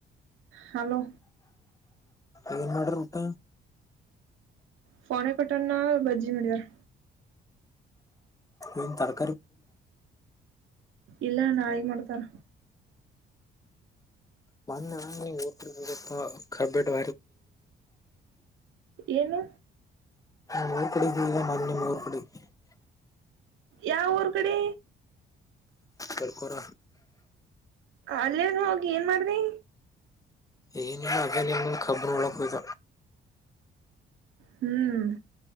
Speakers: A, on the right; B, on the left.
A: ಹಲೋ
B: ಏನ್ ಮಾಡಿರ್ ಉತ
A: ಫೋನೆ ಕಟನ್ನ ಭಜ್ಜಿ ಮಡಿದರ್
B: ಏನ್ ತರ್
A: ಇಲ್ಲ ನಾಳಿಗ್ ಮಾಡ್ತಾರ
B: ಮೊನ್ನೆ ನೀವು ಕಬ್ಬ. <inaudible>
A: ಏನು
B: <inaudible>
A: ಯಾವ ಊರ್ ಕಡೆ
B: ಕಲ್ಕೋರ
A: ಅಲ್ಲೆನ್ ಹೋಗಿ ಏನ್ ಮಾಡ್ದಿ
B: ಏನಿಲ್ಲ ಅದೇ ನೀ <unintelligible> ಹೋದ
A: ಹ್ಮ್